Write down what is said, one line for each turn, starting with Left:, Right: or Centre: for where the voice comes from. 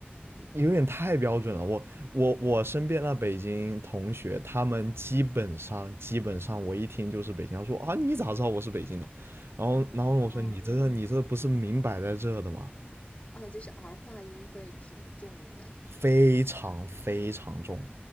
Right: 有点太标准了。我我我身边的北京同学，他们基本上基本上，我一听就是北京，他说啊，你咋知道我是北京的？然后然后我说你这个你这不是明摆在这的吗？
Left: <laughs> 哦哦，就是儿化音会挺重的。
Right: 非常非常重。